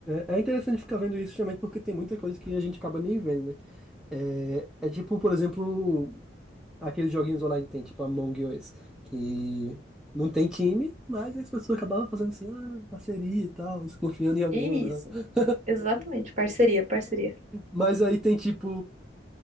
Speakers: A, in the centre; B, on the right.
A: É, é interessante ficar vendo isso, justamente porque tem muita coisa que a gente acaba nem vendo, né? É, é tipo, por exemplo, aqueles joguinhos online que tem, tipo Among Us, que não tem time, mas as pessoas acabavam fazendo assim, ah, parceria e tal, se confiando em alguém
B: Isso,
A: ou não. <laughs>
B: exatamente, parceria, parceria.
A: Mas aí tem tipo